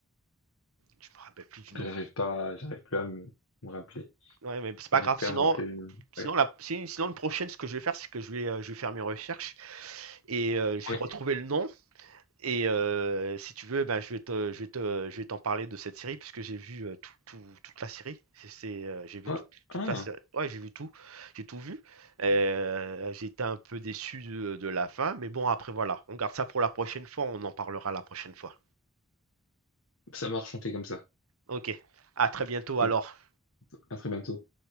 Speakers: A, on the right; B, on the left.
A: Je me rappelle plus du nom.
B: j'arrive pas, j'arrive plus à me, me rappeler.
A: Ouais, mais c'est pas
B: J'arrive
A: grave.
B: plus
A: Sinon,
B: à me rappeler le nom.
A: sinon,
B: Ouais.
A: la, si- sinon, le prochain, ce que je vais faire, c'est que je vais, euh, je vais faire mes recherches et euh, je
B: Oui.
A: vais retrouver le nom. Et euh, si tu veux, ben, je vais te, je vais te, je vais t'en parler de cette série puisque j'ai vu euh, tout, tout- toute la série. C'est, c'est, euh, j'ai vu
B: Oh,
A: tout- toute
B: ah,
A: la série. Ouais, j'ai vu tout. J'ai tout vu. Euh, j'ai été un peu déçu de, de la fin, mais bon, après voilà, on garde ça pour la prochaine fois. On en parlera la prochaine fois.
B: ça marche, on fait comme ça.
A: Ok. À très bientôt alors.
B: Cool. À très bientôt.